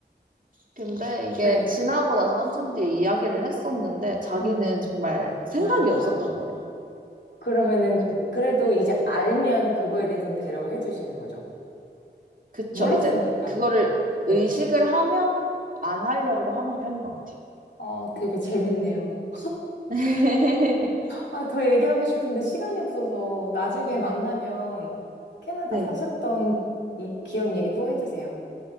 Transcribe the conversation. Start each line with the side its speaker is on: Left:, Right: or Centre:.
Right: 근데 이게
Left: 네,
Right: 지나고 나서 한참 뒤에 이야기를 했었는데 자기는
Left: 음, 음.
Right: 정말 생각이
Left: 몰랐다.
Right: 없었던 거예요.
Left: 그러면은
Right: 그래서
Left: 그래도 이제 알면 그거에 대해선 배려해 주시는 거죠.
Right: 그쵸.
Left: 몰랐으니까.
Right: 이제 그거를 의식을
Left: 네.
Right: 하면 안 하려고 하는 편인 것 같아요.
Left: 어, 되게 재밌네요.
Right: <laughs>
Left: 아, 더 얘기하고 싶은데 시간이 없어서 나중에 만나면 캐나다
Right: 네.
Left: 사셨던 이 기억 얘기 또 해주세요.